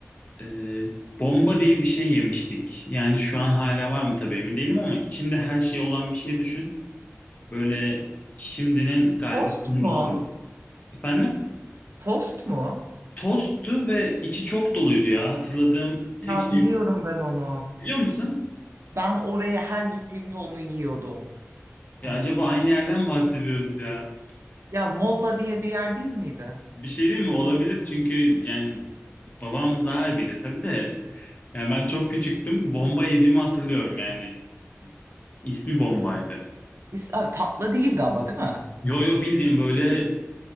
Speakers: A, on the left; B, on the right.
A: Ee, bomba diye bir şey yemiştik. Yani şu an hala var mı tabii emin değilim ama içinde her şey olan bir şey düşün. Böyle şimdinin galiba
B: Tost
A: kumrusu.
B: mu?
A: Efendim?
B: Tost mu?
A: Tosttu ve içi çok doluydu ya. Hatırladığım tek
B: Ya
A: şey
B: biliyorum
A: bu.
B: ben onu.
A: Biliyor musun?
B: Ben oraya her gittiğimde onu yiyordum.
A: Ya acaba aynı yerden bahsediyoruz ya.
B: Ya Molla diye bir yer değil miydi?
A: Bir şey değil mi? Olabilir çünkü yani babam daha iyi bilir tabii de. Yani ben çok küçüktüm. Bomba yediğimi hatırlıyorum yani. İsmi bombaydı.
B: Biz, ha, tatlı değildi ama değil mi?
A: Yo yo bildiğim böyle